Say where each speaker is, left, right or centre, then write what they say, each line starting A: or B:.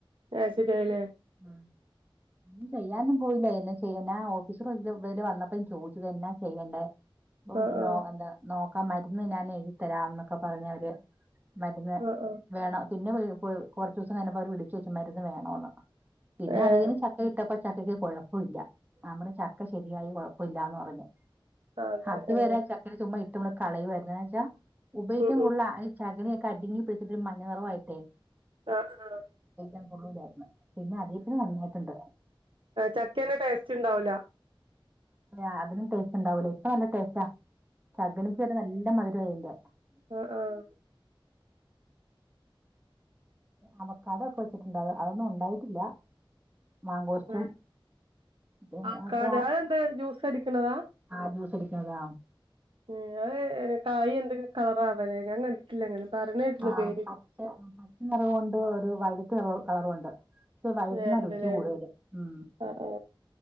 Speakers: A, on the right; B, on the right.
A: അത് ശരിയായില്ലേ
B: ഉം ന്നും ചെയ്യന്നും പോയില്ല എന്നെ ചെയ്യാന ഓഫീസ് വല് വന്നപ്പോ <unintelligible> ചെയ്യണ്ടേ ഇപ്പം
A: ആഹ്
B: എന്താ
A: ആഹ്
B: <unintelligible> കാൻ മരുന്ന് ഞാൻ എഴുത്തരാം എന്നൊക്കെ പറഞ്ഞ അവര് മരുന്ന്
A: ആഹ് ആഹ്
B: വേണം പിന്നെ കുറച്ച് ദിവസം കപ്പോ അവര് വിളിച്ചു വെച്ചമാതിന്ന് വേണോന്ന് പിന്നെ
A: ഏഹ്
B: അത് ചക്ക ഇട്ടപ്പോ ചക്കക്ക് കൊഴപ്പ ഇല്ല നമ്മുടെ ചക്ക ശരിയായി കൊഴപ്പില്ലന്ന് പറഞ്ഞഞ്
A: അതെ
B: അതുവരെ
A: ഏഹ്
B: ചക്കണി ചുമ് ഇട്ട് മള കളയ വരുന്ന വെച്ചാ ഉപയോഗിക്കാൻ
A: ഉം ഉം
B: കൂടുള്ള ആഈ ച കടിങ്ങി പിടിച്ചട്ട് മഞ്ഞ നിറവയിട്ടേ
A: ആ ആ
B: ൻ കൊള്ളൂലായിരുന്നു പിന്നെ അധത്തിെ നന്നായിട്ടുണ്ട്
A: ചക്കേന്റെ ടേസ്റ്റ് ഉണ്ടാവൂല
B: ആ അതിനും ടേസ്റ്റ് ഇണ്ടാവൂലേ ഇപ്പ നല്ല ടേസ്റ്റാ ചക നല്ല മതി <unintelligible>
A: ആ ആ
B: അവക്ക് അതൊക്കെ വെച്ചിട്ടുണ്ടോ അതൊന്നും ഇണ്ടായിട്ടില്ല മാങ്കോശും
A: ആഹ്
B: പി
A: ആക്കാട്
B: അത്ര
A: അതെന്ത് ജ്യൂസ് അടിക്കണതാ
B: ആലു പിടികണതാണ്
A: ഉം <unintelligible> കായ് എന്തൊക്കെ കളറാവല്ലേ ഞാൻ കണ്ടിട്ടില്ല അങ്ങനെ പറഞ്ഞ കേട്ടിണ്
B: ആ
A: പേര്
B: പച്ച പച്ച നിറവുണ്ട് ഒരു വൈലറ്റ് നിറ കളറുണ്ട് ക്ഷേ വൈലറ്റിന
A: ഏഹ് ഉണ്ടല്ലേ
B: രുചി കൂടുതല് ഉം
A: ആഹ്